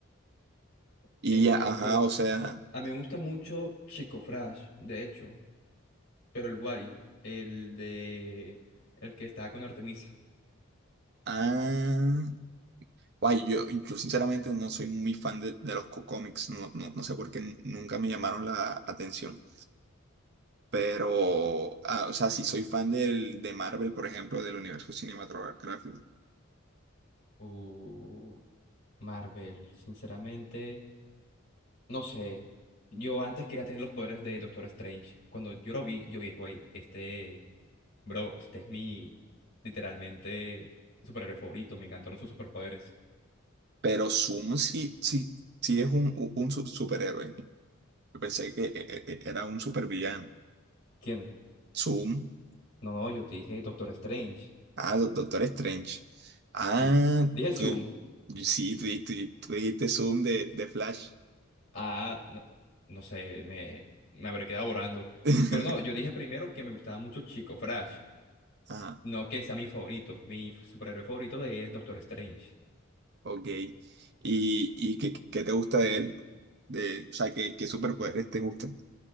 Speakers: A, on the right (about 50°); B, on the left (about 55°).
A: Y,
B: Eh,
A: a- ajá,
B: pues
A: o sea,
B: a mí me gusta mucho Chico Flash, de hecho, pero el Wari, el de el que está con Artemisa.
A: ah, guay, yo, yo sinceramente no soy muy fan de, de los cómics, no, no, no sé por qué n- nunca me llamaron la atención, pero, ah, o sea, sí soy fan del, de Marvel, por ejemplo, del universo cinematográfico,
B: Uh, Marvel, sinceramente. No sé, yo antes quería tener los poderes de Doctor Strange. Cuando yo lo vi, yo dije güey, este, bro, este es mi, literalmente, superhéroe favorito, me encantaron sus superpoderes.
A: pero Zoom sí, sí, sí es un, u- un su- superhéroe, yo pensé que e- e- e, era un supervillano,
B: ¿Quién?
A: Zoom,
B: No, no, yo te dije Doctor Strange,
A: ah, Do- Doctor Strange, ah,
B: sí. Dije Zoom,
A: tú- sí, tú, tú- tú dijiste Zoom de, de Flash.
B: ah, no, no sé, me, me habré quedado borrando.
A: <laughs>
B: Pero no, yo dije primero que me gustaba mucho Chico Flash,
A: Ajá,
B: no que sea mi favorito, mi superhéroe favorito de- es Doctor Strange.
A: ok. ¿Y, y qué, qué te gusta de él? De, o sea, ¿qué, qué superpoderes te gustan?